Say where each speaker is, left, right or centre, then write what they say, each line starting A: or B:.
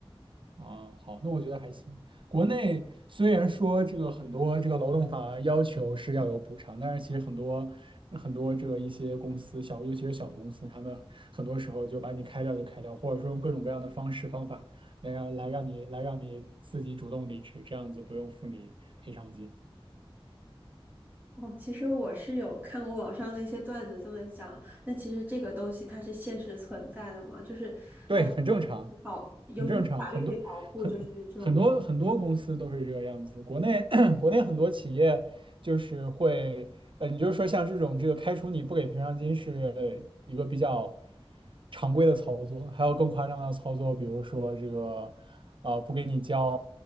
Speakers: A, on the right; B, on the right.
A: 啊，好，那我觉得还行。国内虽然说这个很多这个劳动法要求是要有补偿，但是其实很多很多这个一些公司小，尤其是小公司，他们很多时候就把你开掉就开掉，或者说用各种各样的方式方法来让来让你来让你自己主动离职，这样子不用付你赔偿金。
B: 哦，其实我是有看过网上的一些段子这么讲，那其实这个东西它是现实存在的嘛，就是还是说保有什么法律可以保护，
A: 对，很正常。很正常，很多很很多很多公司都是这个样子。
B: 就是这种
A: 国内 <clears throat> 国内很多企业就是会，呃，你就是说像这种这个开除你不给赔偿金是一个比较常规的操作，还有更夸张的操作，比如说这个呃不给你交